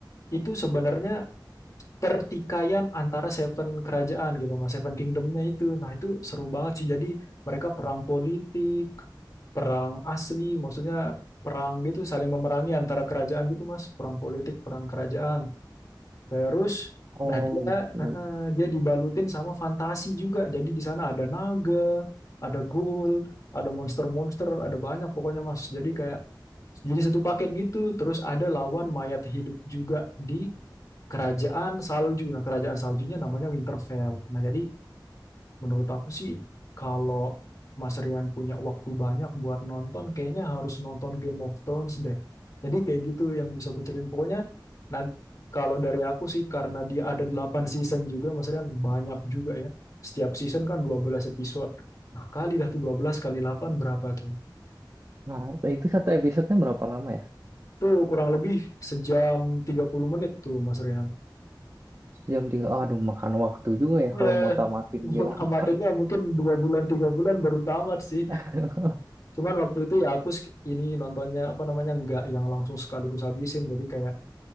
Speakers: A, on the left; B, on the right.
A: itu sebenarnya pertikaian antara Seven kerajaan gitu Mas Seven Kingdomnya itu. Nah itu seru banget sih jadi mereka perang politik perang asli, maksudnya perang gitu saling memerangi antara kerajaan gitu Mas, perang politik, perang kerajaan. Terus nah
B: Oh
A: dia
B: gitu.
A: eh, eh, dia dibalutin sama fantasi juga. Jadi di sana ada naga, ada ghoul, ada monster-monster, ada banyak pokoknya Mas. Jadi kayak jadi satu paket gitu. Terus ada lawan mayat hidup juga di kerajaan salju. Nah, kerajaan saljunya namanya Winterfell. Nah, jadi Menurut aku sih, kalau Mas Rian punya waktu banyak buat nonton, kayaknya harus nonton Game of Thrones deh. Jadi kayak gitu yang bisa aku ceritain. Pokoknya, nanti kalau dari aku sih, karena dia ada 8 season juga, Mas Rian banyak juga ya. Setiap season kan 12 episode. Nah, kali dah tuh 12 kali 8 berapa tuh?
B: Nah, eh, itu satu episodenya berapa lama ya?
A: Tuh kurang lebih sejam tiga puluh menit tuh, Mas Rian.
B: Jam tiga. Aduh, makan waktu juga ya
A: Ya,
B: kalau mau tamatin
A: <laughs> mau
B: Game
A: tamatinnya
B: of Thrones.
A: mungkin 2 bulan, 3 bulan baru tamat sih.
B: <laughs>
A: Cuman waktu itu ya aku sk- ini nontonnya apa namanya nggak yang langsung sekaligus habisin. Jadi kayak